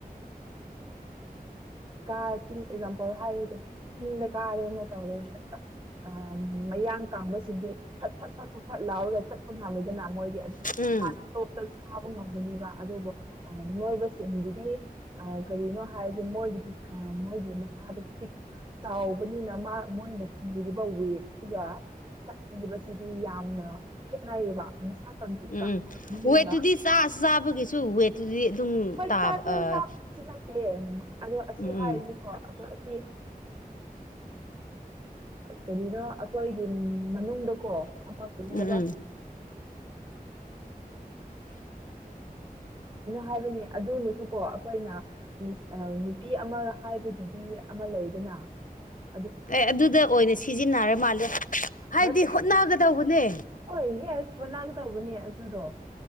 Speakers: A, on the right; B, on the left.
A: <unintelligible> ꯑꯦꯛꯖꯥꯝꯄꯜ ꯍꯥꯏꯔ꯭ꯁꯤ ꯆꯤꯡꯗ ꯀꯥꯔꯦꯅ ꯇꯧꯔꯦ ꯎ ꯃꯌꯥꯡ ꯀꯪꯕꯥꯁꯤꯡꯗꯤ ꯐꯠ ꯐꯠ ꯐꯠ ꯂꯥꯎꯔꯒ ꯆꯠꯄ ꯉꯝꯃꯤꯗꯅ ꯃꯣꯏꯗꯤ ꯑꯗꯨꯝ
B: ꯎꯝ
A: ꯍꯥꯟꯅ ꯇꯣꯇ ꯀꯥꯕ ꯉꯝꯒꯅꯤꯕ ꯑꯗꯨꯕꯨ ꯅꯣꯏꯕꯁꯤꯡꯒꯤꯗꯤ ꯑ ꯀꯔꯤꯅꯣ ꯍꯥꯏꯔꯗꯤ ꯃꯣꯏꯒꯤꯗꯤ ꯃꯣꯏꯒꯤ ꯃꯁꯥꯗꯨ ꯄꯤꯛ ꯆꯥꯎꯕꯅꯤꯅ ꯃꯥ ꯃꯣꯏꯅ ꯄꯨꯔꯤꯕ ꯋꯦꯠꯇꯨꯒ ꯆꯠꯂꯤꯕꯁꯤꯗꯤ ꯌꯥꯝꯅ ꯈꯦꯠꯅꯩꯌꯦꯕ ꯃꯁꯥ ꯀꯪ ꯄꯤꯛ
B: ꯎꯝ
A: ꯀꯪꯕ
B: ꯎꯝ
A: ꯃꯤꯒ
B: ꯋꯦꯠꯇꯨꯗꯤ ꯆꯥꯕꯒꯤꯁꯨ ꯋꯦꯠꯇꯨꯗꯤ ꯑꯗꯨꯝ
A: ꯍꯣꯏ
B: ꯇꯥꯕ
A: ꯆꯥ ꯆꯥꯕꯁꯨ
B: ꯑꯥ
A: ꯅꯠꯇꯦ ꯑꯗꯣ ꯑꯁꯤ
B: ꯎꯝ
A: ꯍꯥꯏꯔꯤꯅꯤꯀꯣ
B: ꯎꯝ
A: ꯑꯈꯣꯏ ꯁꯤ ꯀꯔꯤꯅꯣ ꯑꯩꯈꯣꯏꯒꯤ ꯃꯅꯨꯡꯗꯀꯣ ꯑꯃ ꯀꯔꯤꯍꯥꯏꯕ
B: ꯎꯝ ꯎꯝ
A: ꯍꯥꯏꯕꯅꯦ ꯑꯗꯨꯅꯁꯨꯀꯣ ꯑꯩꯈꯣꯏꯅ ꯅꯨꯄꯤ ꯑꯃ ꯍꯥꯏꯕꯒꯤꯗꯤ ꯑꯃ ꯂꯩꯗꯅ ꯎ
B: ꯑꯦ ꯑꯗꯨꯗ ꯑꯣꯏꯅ ꯁꯤꯖꯤꯟꯅꯔ ꯃꯥꯜꯂꯦ ꯍꯥꯏꯗꯤ
A: ꯅꯠꯇꯦ
B: ꯍꯣꯠꯅꯒꯗꯧꯕꯅꯦ
A: ꯍꯣꯏ ꯌꯦꯁ ꯁꯣꯅꯥꯒ ꯇꯧꯕꯅꯦ ꯑꯗꯨꯗꯣ